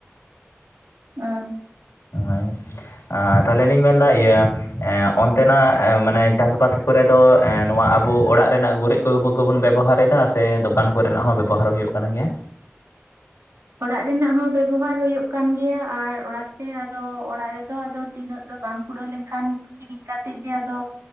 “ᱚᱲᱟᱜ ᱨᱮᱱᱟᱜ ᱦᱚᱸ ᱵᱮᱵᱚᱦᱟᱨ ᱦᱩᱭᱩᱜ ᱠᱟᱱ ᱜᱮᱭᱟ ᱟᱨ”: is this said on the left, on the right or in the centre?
Right